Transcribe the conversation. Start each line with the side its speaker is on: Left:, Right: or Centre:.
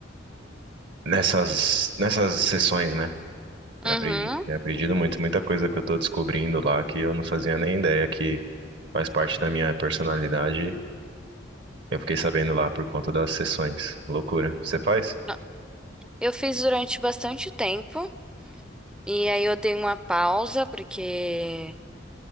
Right: nessas, nessas sessões, né? Tenho
Centre: Uhum.
Right: aprendido, tenho aprendido muito, muita coisa que eu tô descobrindo lá que eu não fazia nem ideia que faz parte da minha personalidade. Eu fiquei sabendo lá por conta das sessões. Loucura. Você faz?
Centre: Não, Eu fiz durante bastante tempo e aí eu dei uma pausa porque,